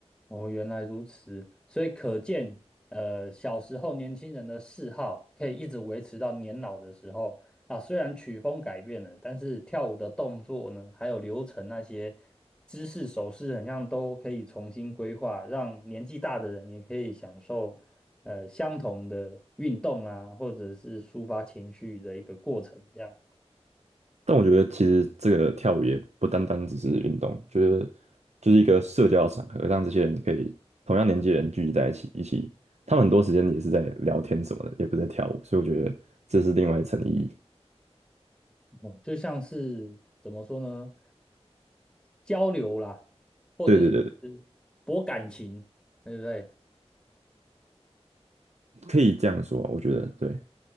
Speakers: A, in the centre; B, on the right.
A: 哦，原来如此，所以可见，呃，小时候年轻人的嗜好可以一直维持到年老的时候啊。虽然曲风改变了，但是跳舞的动作呢，还有流程那些姿势、手势，很像都可以重新规划，让年纪大的人也可以享受呃相同的运动啊，或者是抒发情绪的一个过程。这样，
B: 但我觉得其实这个跳舞也不单单只是运动，就是就是一个社交场合，让这些人可以同样年纪的人聚集在一起，一起，他们很多时间也是在聊天什么的，也不是在跳舞，所以我觉得这是另外一层意义。
A: 哦就像是怎么说呢，交流啦。或者是
B: 对对对对，
A: 博感情，对不对？
B: 可以这样说啊我觉得对，